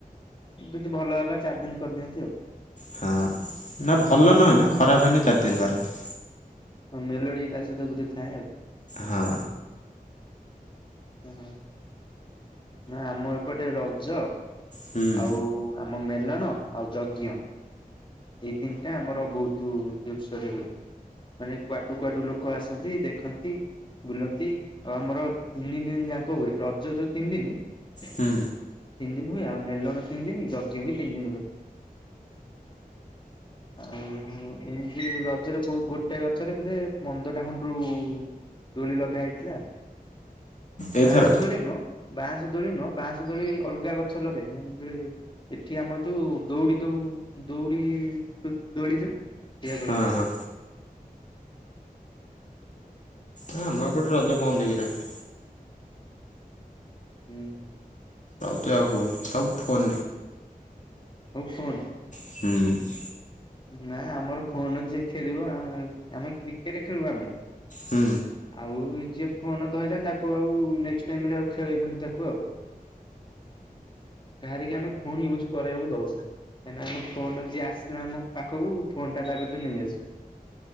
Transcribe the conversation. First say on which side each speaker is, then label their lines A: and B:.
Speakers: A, on the left; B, on the left.
A: ଯିଦି ଭଲ ହେଲା ଚାରି ଦିନ କରିଦିଅନ୍ତି ଆଉ
B: ହଁ ନା ଭଲ ନହେନ ଖରାପ ହେନି ଚାରିଦିନ କରାରନ୍ତି
A: ଆଉ ମେଲୋଡ଼ି ତା ସହିତ ବୋଧେ ଥାଏ ଆଉ
B: ହଁ
A: ହୁଁ ହୁଁ ନା ଆମ ଏପଟେ ରଜ
B: ହୁଁ
A: ଆଉ ଆମ ମେଲଣ ଆଉ ଯଜ୍ଞ ଏଇ ତିନିଟା ଆମର ବହୁତ ଜୋରସୋରେ ହୁଏ ମାନେ କୁଆଡୁ କୁଆଡୁ ଲୋକ ଆସନ୍ତି ଦେଖନ୍ତି ବୁଲନ୍ତି ଆଉ ଆମର ତିନି ଦିନ ଯାକ ହୁଏ ରଜ ଯୋଉ ତିନି ଦିନ ତିନ
B: ହୁଁ
A: ଦିନ ହୁଏ ଆଉ ମଲ ନା ତିନ ଦିନ ଜଗ ଜି ବି ତିନ ଦିନ ହୁଏ ଆଉ ଏମିତି ରଜରେ ବହୁ ଗୋଟେ ଗଛରେ ବୋଧେ ମନ୍ଦ ଟା ହଣ୍ଡରୁ ଦୋଳି ଲଗା ହେଇଥିଲା ଆଉ
B: ଏଇଥର
A: ବାଁଶ ଦୋଳି ନୁ ବାଁଶ ଦୋଳି ନୁହଁ ବାଁଶ ଦୋଳି ଅଲଗା ଗଛ ଲଗେଇକ ଏଠି ଆମର ଯୋଉ ଦଉଡି ଦଉ ଦଉଡି ଦୌଡି ଯୋଉ ସେଇଆକୁ
B: ହଁ
A: ଲଗା
B: ହଁ ହଁ ଆମର
A: ସେଇଆକୁ
B: ଏପଟେ
A: ଆଉ।
B: ରଜ ବନ୍ଦ ହେଇଗଲାଣି
A: ହୁଁ
B: ତ ହୁନ ସବ ଫୋନ
A: ହଉ କହଣ।
B: ହୁଁ।
A: ନା ଆମର ଫୋନ ଯିଏ ଖେଳିବ ଆମେ କ୍ରିକେଟ ଖେଳୁ ଆମେ।
B: ହୁଁ।
A: ଆଉ ଯିଏ ଫୋନ ଧଇିଲା ତାକୁ ଆଉ ନେକ୍ସଟ୍ ଟାଇମ୍ ରେ ଆଉ ଖେଳେଇମୁନି ତାକୁ ଆଉ। କାହାରକି ଆମେ ଫୋନ ୟୁଜ୍ କରିବାକୁ ଦଉନା କାହିଁକି ଆମ ଫୋନ ଯିଏ ଆସିଲା ଆମ ପାଖକୁ ଫୋନ୍ ଟା ତାକତି ରୁ ନେଇ ଆସୁ।